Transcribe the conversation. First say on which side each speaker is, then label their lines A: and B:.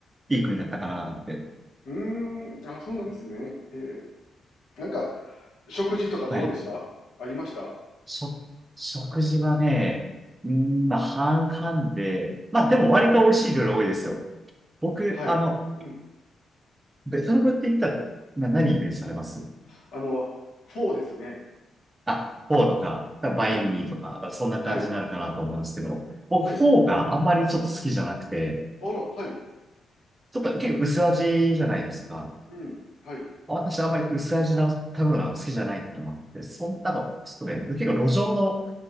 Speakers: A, on the right; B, on the left.
A: いい国だったかな、なんて。
B: うーん、あ、そうなんですね。ええ、なんか、食事とかどうでしたありました
A: はい。しょ、食事はね、うーん、まあ、半々で、まあ、でも割と美味しい料理多いですよ。僕、
B: はい。
A: あの、
B: うん。
A: ベトナムって言ったら、な、何イメージされます
B: あの、フォーですね。
A: あ、フォーとか、バインミーとか、
B: はい、
A: だからそんな感じになるかなと思うんですけど、
B: はい、
A: 僕フォーがあんまりちょっと好きじゃなくて、
B: はい。あら、はい、
A: ちょっと結構薄味じゃないですか。
B: うん、はい、
A: 私あんまり薄味な食べ物が好きじゃないってのもあって、そんなの、ちょっとね、結構路上の、